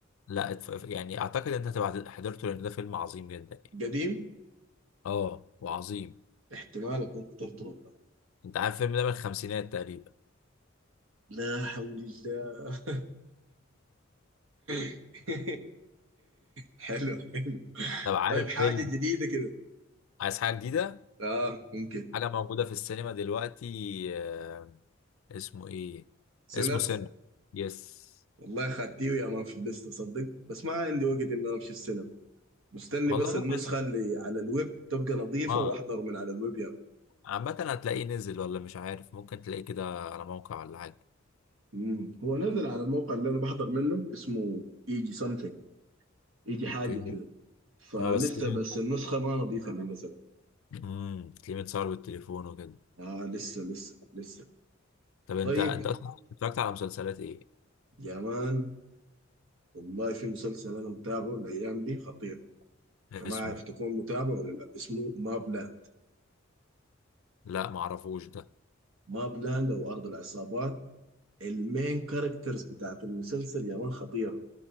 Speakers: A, on the left; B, on the right.
A: لا اتف- يعني اعتقد ان انت هتبقى حضرته لان ده فيلم عظيم جدا يعني
B: قديم
A: اه وعظيم
B: احتمال اكون حضرته والله
A: انت عارف الفيلم ده من الخمسينات تقريبا
B: لا حول الله <laughs> حلو حلو
A: طب عارف
B: طيب حاجة
A: فيلم
B: جديدة كده
A: عايز حاجة جديدة
B: اه ممكن
A: حاجة موجودة في السينما دلوقتي آه، اسمه ايه
B: سينرز
A: اسمه سن يس
B: والله خدتيه يا مان في الليستة صدق بس ما عندي وقت اني امشي السينما مستني
A: والله
B: بس
A: ممكن
B: النسخة اللي على الويب تبقى نظيفة
A: اه
B: واحضر من على الويب يعني
A: عامة هتلاقيه نزل ولا مش عارف ممكن تلاقيه كده على موقع ولا حاجة
B: مم. هو نزل على الموقع اللي انا بحضر منه اسمه ايجي سمثينج ايجي حاجة
A: اوكي
B: كده فلسه
A: اه بس تلاقيه
B: بس النسخة ما نظيفة اللي نزل
A: امم تلاقيه متصور بالتليفون وكده
B: آه لسه لسه لسه
A: طب انت
B: طيب
A: انت اصلا اتفرجت على مسلسلات ايه
B: يا مان والله في مسلسل انا متابعه الايام دي خطير
A: اسمه
B: فما عارف تكون متابع ولا لا اسمه ماب لاند
A: لا معرفوش ده
B: ماب لاند او ارض العصابات المين كاركترز بتاعت المسلسل يا مان خطيرة